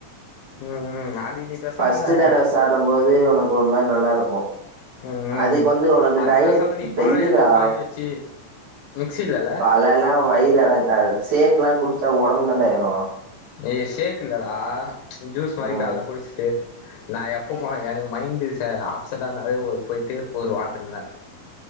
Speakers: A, on the left; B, on the right.
A: ம் ம் அது நீ பேசாம
B: ஃபஸ்ட்டு தடவ சாப்டம் போது ஒனக்கு ஒரு மாரி நல்லாருக்கு
A: ம்
B: அதுக்கு வந்து ஒனக்கு
A: அதுக்கு
B: டயட்
A: பேசாம நீ
B: டே
A: பழோ
B: இதுடா
A: ஏதாச்சு வாங்கி வச்சு மிக்ஸி இல்லல்ல
B: பழல்லா வயிறு அடங்காது சேக்ல்லா குடிச்சா ஒடம்பு தாண்டா ஏறு
A: ஏ சேக் இல்லடா ஜூஸ் மாரி
B: ம்
A: கால்ல குடிச்சுட்டு நா எப்ப போ எனக்கு மைண்டு ச அப்செட் இருந்தாவே ஒரு போய்ட்டு ஒரு வாட்டர்மெலன்